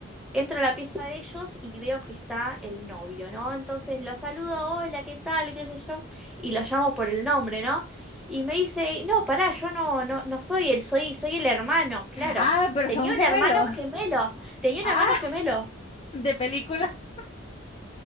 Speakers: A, in the centre; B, on the left.
A: Entro a la pieza de ellos y veo que está el novio, ¿no? Entonces lo saludo, hola, ¿qué tal? ¿Qué sé yo? Y lo llamo por el nombre, ¿no? Y me dice, no, pará, yo no, no, no soy él, soy, soy el hermano, claro.
B: Ah, pero
A: Tenía
B: son gemelos.
A: un hermano gemelo, tenía
B: Ah,
A: un hermano gemelo.
B: de película. <laughs>